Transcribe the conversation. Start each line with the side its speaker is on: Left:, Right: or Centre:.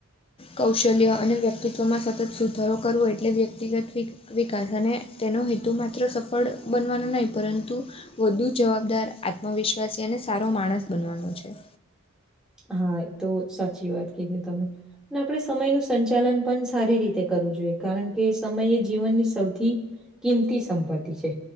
Left: કૌશલ્ય અને વ્યક્તિત્વમાં સતત સુધારો કરવો એટલે વ્યક્તિગત વિ વિકાસ અને તેનો હેતુ માત્ર સફળ બનવાનો નહીં પરંતુ વધુ જવાબદાર આત્મવિશ્વાસી અને સારો માણસ બનવાનો છે.
Centre: હા એ તો સાચી વાત કીધી તમે. અને આપડે સમયનું સંચાલન પન સારી રીતે કરવું જોઈએ કારન કે સમયે જીવનની સૌથી કિંમતી સંપત્તિ છે.